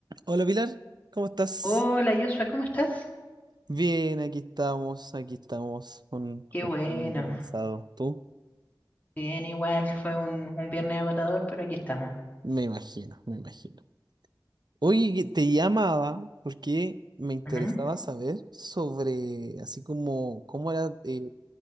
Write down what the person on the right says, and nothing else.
Hola Pilar, ¿cómo estás?
Bien, aquí estamos, aquí estamos, con,
con
un poquito cansado. ¿Tú?
Me imagino, me imagino. Oye, que te llamaba porque me interesaba
saber sobre, así como, cómo era eh,